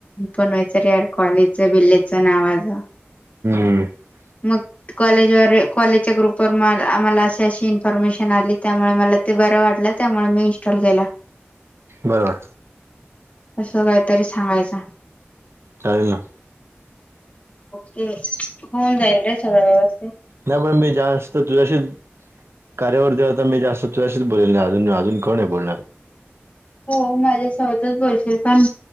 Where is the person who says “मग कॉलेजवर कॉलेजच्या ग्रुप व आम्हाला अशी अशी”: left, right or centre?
Left